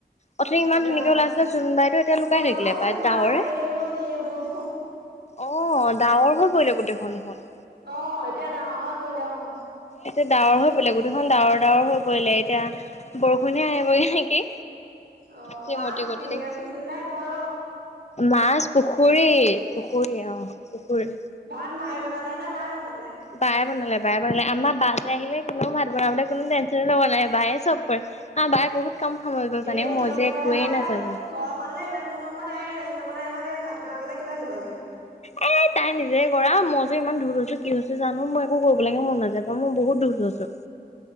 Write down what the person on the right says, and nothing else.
জানো
বতৰৰ
মহিমা
নাই এই ৰ'দ এই বৰষুণ।
অ' এতিয়া ডাঁৱৰ হৈ পৰিলে অ'।
অ
মাছ
কিনি
আনিছিল নে ঘৰ
ভাত মায়ে বনালে নে বায়ে বনালে
এই ৰেষ্ট
ল'বলৈ
আহে
ঘৰখনলে ইমান দিনৰ মূৰত আহে ৰেষ্ট ল'বলৈ আহিব ভাত বনাবলে কেলে দিব লাগে